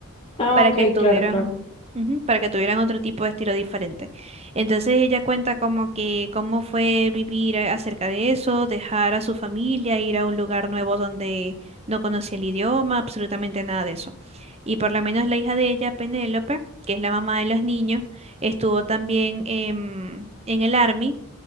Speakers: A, on the left; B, on the right.
A: Ah,
B: para
A: ok,
B: que tuvieran,
A: claro, claro.
B: ujú, para que tuvieran otro tipo de estilo diferente. Entonces ella cuenta como que cómo fue vivir a- acerca de eso, dejar a su familia, ir a un lugar nuevo donde no conocía el idioma, absolutamente nada de eso. Y por lo menos la hija de ella, Penélope, que es la mamá de los niños, estuvo también en, en el Army